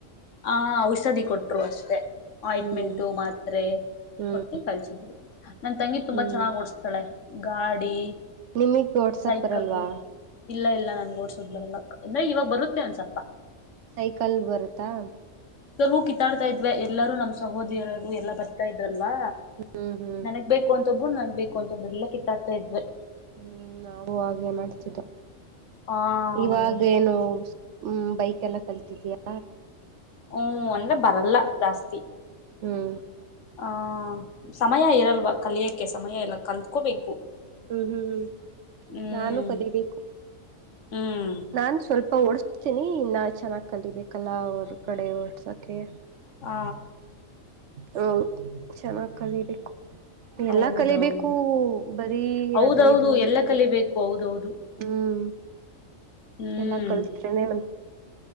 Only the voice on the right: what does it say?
ಹ್ಮ್
ಹ್ಮ್
ಹ್ಮ್
ನಿಮಗ್ ಓಡ್ಸಕ್
ಬರಲ್ವಾ
ಸೈಕಲ್ ಬರತ್ತಾ
ಹ್ಮ್ ಹ್ಮ್
ಹ್ಮ್ ನಾವೂ ಹಾಗೆ ಮಾಡ್ತಿದ್ದ
ಇವಾಗೇನು
ಹ್ಮ್ ಬೈಕ್ ಎಲ್ಲ ಕಲ್ತಿದಯಾ
ಹ್ಮ್
ಹ್ಮ್ ಹ್ಮ್ ಹ್ಮ್
ನಾನೂ ಕಲಿಬೇಕು
ನಾನ್ ಸ್ವಲ್ಪ ಓಡಸ್ತೀನಿ ಇನ್ನ ಚೆನ್ನಾಗ್ ಕಲಿಬೇಕಲ್ಲ ಅವರ್ಗಡೆ ಓಡ್ಸಕೆ
ಹೌದು ಚೆನ್ನಾಗಿ್ ಕಲಿೀಬೇಕು ಎಲ್ಲಾ
ಕಲಿಬೇಕು ಬರೀ
ಅದೇ ಇದು ಅನ್ಕೊಂಡು
ಹ್ಮ್
ಎಲ್ಲಾ ಕಲ್ತ್್ರನೆ ಬಂತ